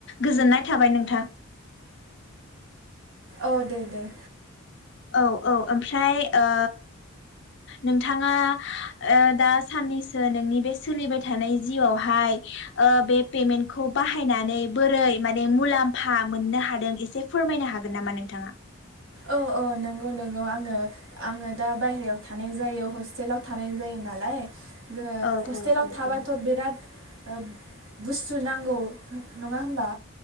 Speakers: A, on the left; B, on the right.
A: गोजोननाय थाबाय नोंथां।
B: औ दे दे
A: औ औ ओमफ्राय ओ नोंथाङा ओ दा साननैसो नोंनि बे सोलिबाय थानाय जिउआवहाय ओ बे पेमेन्टखौ बाहायनानै बोरै माने मुलाम्फा मोननो हादों एसे फोरमायनो हागोन नामा नोंथाङा?
B: औ औ नंगौ नंगौ आङो आङो दा बायह्रारायाव थानाय जायो हस्टेलाव थानाय जायो नालाय जोंङो
A: औ
B: हस्टेलाव
A: औ औ
B: थाबाथ'
A: औ
B: बिराद ओ बुस्थु नांगौ नङा होनोमबा?